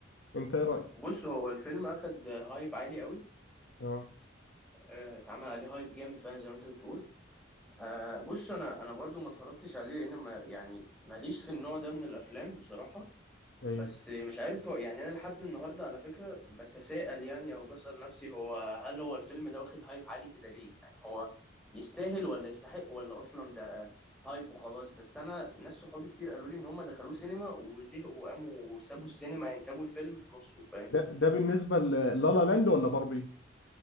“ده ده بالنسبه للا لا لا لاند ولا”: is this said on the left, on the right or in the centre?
Left